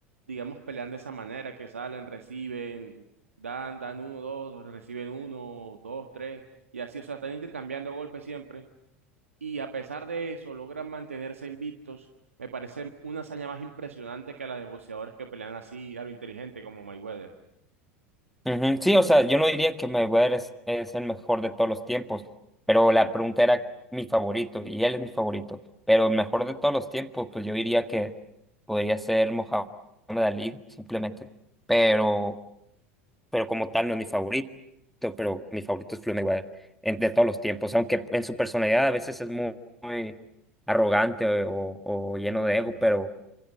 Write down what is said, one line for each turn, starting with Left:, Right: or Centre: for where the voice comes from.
Right: digamos, pelean de esa manera, que salen, reciben, dan, dan uno, dos, reciben uno, dos, tres, y así, o sea, están intercambiando golpes siempre, y a pesar de eso logran mantenerse invictos, me parece una hazaña más impresionante que la de boxeadores que pelean así a lo inteligente, como Mayweather,
Centre: Ujú, Sí, o sea, yo no diría que Mayweather es, es el mejor de todos los tiempos, pero la pregunta era mi favorito y él es mi favorito, pero el mejor de todos los tiempos, pues yo diría que podría ser Mohamed Ali, simplemente, pero, pero como tal no es mi favorito, pero mi favorito es Floyd Mayweather en- de todos los tiempos, aunque en su personalidad a veces es muy, muy arrogante o, o lleno
Right: entiendo.
Centre: de ego, pero